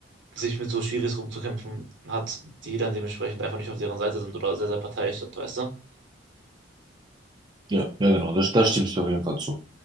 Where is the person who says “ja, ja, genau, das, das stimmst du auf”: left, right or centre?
Right